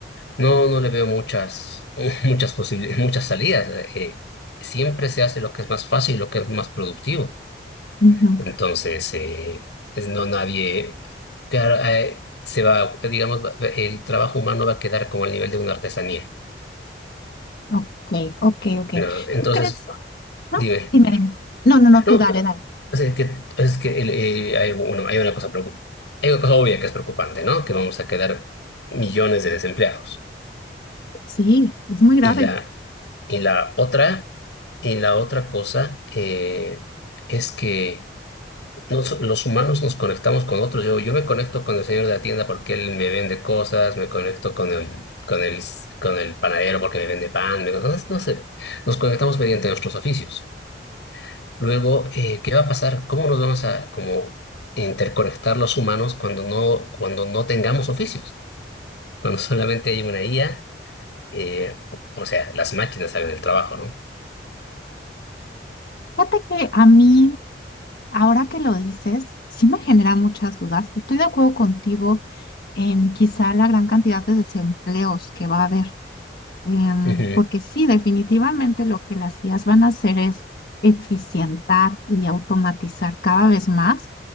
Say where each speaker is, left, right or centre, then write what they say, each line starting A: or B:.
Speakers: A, on the left; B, on the left.
A: no, no le veo muchas, <laughs> muchas posibilidades, muchas salidas. Eh, siempre se hace lo que es más fácil, lo que es más productivo.
B: Ujú.
A: Entonces, eh, es- no nadie, claro, eh, se va, digamos, va- el trabajo humano va a quedar como al nivel de una artesanía.
B: Ok, ok, ok.
A: No, entonces
B: ¿Tú crees? No,
A: Dime.
B: dime, dime. No, no, no,
A: No,
B: tú dale, dale.
A: o sea, que, es que el, eh, hay, bueno, hay una cosa preocup- hay una cosa obvia que es preocupante, ¿no? Que vamos a quedar millones de desempleados.
B: Sí, es muy grave.
A: Y la, y la otra, y la otra cosa eh, es que nos- los humanos nos conectamos con otros. Yo, yo me conecto con el señor de la tienda porque él me vende cosas, me conecto con el, con el, con el panadero porque me vende pan, me- no, no sé. Nos conectamos mediante nuestros oficios. Luego, eh, ¿qué va a pasar? ¿Cómo nos vamos a como interconectar los humanos cuando no, cuando no tengamos oficios? Cuando <laughs> solamente hay una IA, eh, o sea, las máquinas hagan el trabajo, ¿no?
B: Fíjate que a mí, ahora que lo dices, sí me genera muchas dudas. Estoy de acuerdo contigo en quizá la gran cantidad de desempleos que va a haber. Em,
A: Ujú,
B: porque sí, definitivamente lo que las IAs van a hacer es eficientar y automatizar cada vez más